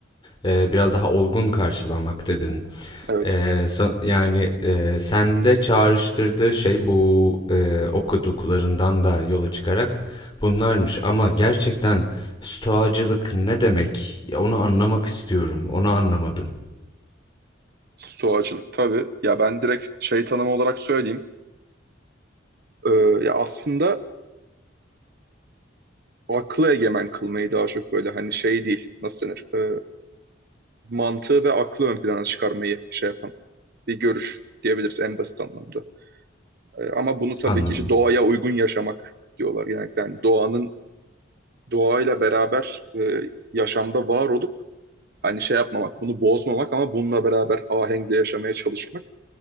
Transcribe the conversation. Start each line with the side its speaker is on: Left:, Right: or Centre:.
Left: e, biraz daha olgun karşılamak dedin.
Right: evet.
Left: Eee, sa- yani, eee, sende çağrıştırdığı şey bu, eee, okuduklarından da yola çıkarak bunlarmış ama gerçekten stoacılık ne demek? Ya, onu anlamak istiyorum. Onu anlamadım.
Right: Stoacılık tabii. Ya ben direkt şey tanımı olarak söyleyeyim. Ee, ya aslında aklı egemen kılmayı daha çok böyle hani şey değil, nasıl denir? Ee, mantığı ve aklı ön plana çıkarmayı şey yapan bir görüş diyebiliriz en basit anlamda. E, ama bunu tabii
Left: Anladım.
Right: ki işte doğaya uygun yaşamak diyorlar genellikle. Yani doğanın doğayla beraber e, yaşamda var olup hani şey yapmamak, bunu bozmamak ama bununla beraber ahenkle yaşamaya çalışmak.